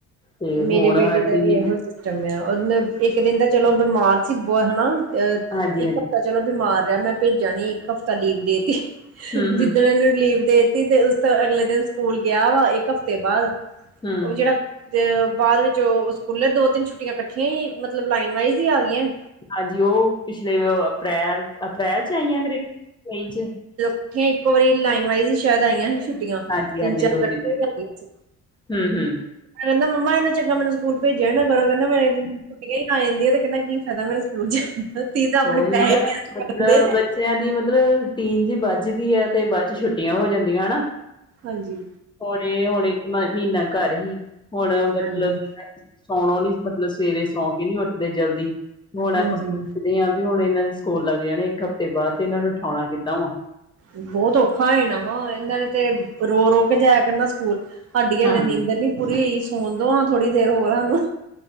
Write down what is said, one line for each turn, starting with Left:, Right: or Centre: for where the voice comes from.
Left: ਤੇ ਹੁਣ
Right: ਮੇਰੇ ਬੇਟੇ
Left: ਅਸੀਂ
Right: ਦਾ ਵੀ ਇਹੋ ਸਿਸਟਮ ਆ। ਮਤਲਬ ਇੱਕ ਦਿਨ ਤਾਂ ਚਲੋ ਬਿਮਾਰ ਸੀ, ਬਹੋ ਹਨਾ ਅ
Left: ਹਾਂਜੀ
Right: ਇੱਕ
Left: ਹਾਂਜੀ
Right: ਹਫ਼ਤਾ ਚਲੋ ਬਿਮਾਰ ਰਿਹਾ ਮੈਂ ਭੇਜਾ ਨਹੀਂ, ਇੱਕ ਹਫ਼ਤਾ ਲੀਵ ਦੇ ਤੀ,
Left: ਹਮ
Right: ਜਿੱਦਣ
Left: ਹਮ
Right: ਇਹਨੂੰ ਲੀਵ ਦੇ ਤੀ ਉਸ ਤੋਂ ਅਗਲੇ ਦਿਨ ਸਕੂਲ ਗਿਆ ਵਾ ਇੱਕ ਹਫ਼ਤੇ ਬਾਅਦ
Left: ਹਮ
Right: ਉਹ ਜਿਹੜਾ ਤੇ ਬਾਅਦ ਵਿੱਚ ਉਹ ਸਕੂਲੇ ਦੋ ਤਿੰਨ ਛੁਟੀਆਂ ਕੱਠੀਆਂ ਈ ਮਤਲਬ ਲਾਈਨ ਵਾਈਜ ਈ ਆ ਗਈਆਂ।
Left: ਹਾਂਜੀ ਉਹ ਪਿਛਲੇ ਅਪ੍ਰੈਲ ਅਪ੍ਰੈਲ ਚ ਆਈ ਆ ਨੇ ਮਈ ਚ।
Right: ਇਕੱਠੀਆ ਇੱਕੋ ਵਾਰੀ ਲਾਈਨ ਵਾਈਜ਼ ਹੀ ਸ਼ਾਇਦ ਆਈਆਂ ਸੀ ਛੁੱਟੀਆਂ
Left: ਹਾਂਜੀ
Right: ਤਿੰਨ
Left: ਹਾਂਜੀ
Right: ਚਾਰ
Left: ਦੋ
Right: ਇਕੱਠੇ
Left: ਤਿੰਨ
Right: ਹੋ ਗਈਆਂ ਸੀ।
Left: ਹੂੰ-ਹੂੰ,
Right: ਕਹਿੰਦਾ ਮੰਮਾ ਇਹਨਾ ਚੰਗਾ ਮੈਨੂੰ ਸਕੂਲ ਭੇਜਿਆ ਨਾ ਕਰੋ ਕਹਿੰਦਾ ਮੇਰੀ ਆ ਐਨੀ ਆ ਛੁੱਟੀਆ ਹੀ ਆ ਜਾਂਦੀ। ਤੇ ਕਹਿੰਦਾ ਕੀ ਫ਼ਾਇਦਾ ਮੇਰਾ ਸਕੂਲ ਜਾਣ ਦਾ ਤੀ ਤਾਂ ਆਪਣੇ
Left: ਉਹੀ
Right: ਪੈਸੇ
Left: ਨਾ
Right: ਵੇਸਟ
Left: ਮਤਲਬ
Right: ਕਰਦੇ ਨੇ
Left: ਬੱਚਿਆਂ ਦੀ ਮਤਲਬ ਟੀਨ ਜੀ ਵੱਝਦੀ ਆ। ਤੇ ਬਾਅਦ ਚ ਛੁੱਟੀਆਂ ਹੋ ਜਾਂਦੀਆਂ ਹਨਾ
Right: ਹਾਂਜੀ
Left: ਹੁਣੇ ਹੁਣੇ ਮ ਮਹੀਨਾ ਘਰ ਹੀ ਹੁਣ ਮਤਲਬ
Right: ਹਾਂਜੀ
Left: ਸੌਣੋ ਨੀ ਮਤਲਬ ਸਵੇਰੇ ਸੌ ਕੇ ਨੀ ਉੱਠਦੇ ਜਲਦੀ ਹੁਣ ਆਪਾਂ
Right: ਹਾਂਜੀ
Left: ਦੇ ਆ ਵੀ ਹੁਣ ਇਹਨਾਂ ਦੇ ਸਕੂਲ ਲੱਗ ਜਾਣੇ ਇੱਕ ਹਫ਼ਤੇ ਬਾਦ ਤੇ ਏਨਾਂ ਨੂੰ ਉਠਾਉਣਾ ਕਿੱਦਾਂ ਵਾ
Right: ਬਹੁਤ ਔਖਾ ਏ ਨਾ ਵਾ ਏਨਾਂ ਨੇ ਤੇ ਰੋ ਰੋ ਕੇ ਜਾਇ ਕਰਨਾ ਸਕੂਲ ਸਾਡੀ ਹਲੇ
Left: ਹਾਂਜੀ,
Right: ਨੀਂਦਰ ਨੀ ਪੂਰੀ ਹੋਈ ਸੋਣ ਦੋ ਨਾ ਥੋੜੀ ਦੇਰ ਹੋਰ ਸਾਨੂੰ